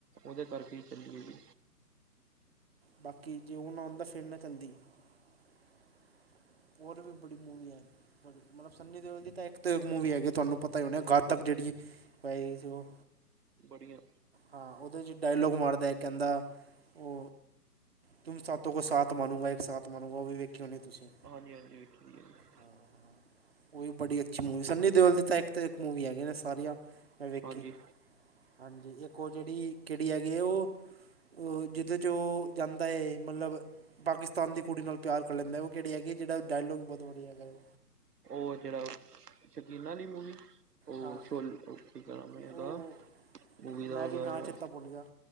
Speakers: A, on the right (about 70°); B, on the right (about 40°).
A: ਉਹਦੇ ਕਰਕੇ ਈ ਚੱਲੀਂ ਏਂ ਜੀ।
B: ਬਾਂਕੀ ਜੇ ਓ ਨਾ ਹੁੰਦਾਂ ਫ਼ੇਰ ਨਾ ਚੱਲਦੀ, <unintelligible> ਬੜੀ ਮੂਵੀ ਐਂ, ਮਲਬ। ਸੰਨੀ ਦਿਓਲ ਦੀ ਤਾਂ ਇੱਕ ਤੇ ਮੂਵੀ ਹੈਗੀ ਤੁਹਾਂਨੂੰ ਪਤਾਂ ਈ ਹੋਨਾ ਐ ਗਾਤਕ ਜਿਹੜੀ ਹੈਗੀ ਸੀ ਓ।
A: ਬੜੀਆਂ।
B: ਹਾਂ, ਓਦੇ ਚ ਡਾਇਲੋਗ ਮਾਰਦਾ ਕਹਿੰਦਾਂ ਓ। ਤੁਮ ਸਾਤੋਂ ਕੋ ਸ਼ਾਂਤ ਮਾਰੂਂਗਾ ਏਕ ਸ਼ਾਂਤ ਮਾਰੂੰਗਾ। ਓ ਵੀ ਵੇਖੀਂ ਹੋਣੀਂ ਤੁਸੀਂ।
A: ਹਾਂਜੀ- ਹਾਂਜੀ ਵੇਖੀਂ ਆ।
B: ਹਾਂ -ਹਾਂ ਓਵੀ ਬੜੀ ਅੱਛੀ ਮੂਵੀ, ਸੰਨੀ ਦਿਓਲ ਦੀ ਤਾਂ ਇੱਕ ਤੋਂ ਇੱਕ ਮੂਵੀ ਹੈਗੀਆ ਨੇਂ ਸਾਰੀਆਂ। ਮੈਂ ਵੇਖੀ।
A: ਹਾਂਜੀ
B: ਹਾਂਜੀ, ਇੱਕ ਓ ਜਿਹੜੀ ਕਿਹੜੀ ਹੈਗੀ ਐਂ ਓ- ਓ ਜਿਹਦੇ ਚ ਓ। ਜਾਂਦਾ ਏਂ ਮੱਲਬ ਪਾਕਿਸਤਾਨ ਦੀ ਕੁੜੀ ਨਾਲ਼ ਪਿਆਰ ਕਰ ਲੈਂਦਾਂ ਏਂ ਓ। ਜਿਹੜੀ ਹੈਗੀ ਏਂ, ਜਿਹੜਾਂ ਡਾਇਲੋਗ ਬਹੁਤ ਵਧੀਆਂ ਹੈਗਾ ਏਂ।
A: ਓ ਜਿਹੜਾਂ ਸ਼ਕੀਨਾ ਆਲ਼ੀ ਮੂਵੀ। ਓ
B: ਹਾਂ
A: ਸ਼ੋਲ, ਕੀ ਨਾਮੈ
B: ਉਹ
A: ਏਦਾ, ਮੂਵੀ ਦਾ
B: ਮੈਂ
A: ਓਦਾ
B: ਵੀ ਨਾਂ
A: ਐ
B: ਚੇਤਾ ਭੁੱਲ ਗਿਆ